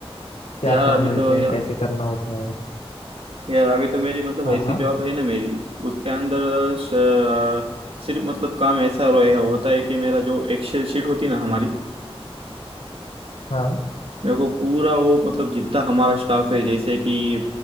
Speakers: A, on the left (about 90°); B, on the right (about 65°).
A: क्या
B: यार अभी
A: काम रहते
B: तो
A: हैं
B: यार
A: कैसे करना होता है
B: यार अभी तो मेरी मतलब
A: हाँ
B: ऐसी
A: हाँ
B: जॉब है ना मेरी उसके अंदर श- सिर्फ मतलब काम ऐसा रहे होता है कि मेरा जो एक्सेल शीट होती ना हमारी
A: हाँ
B: मेरे को पूरा वो मतलब जितना हमारा स्टाफ है जैसे कि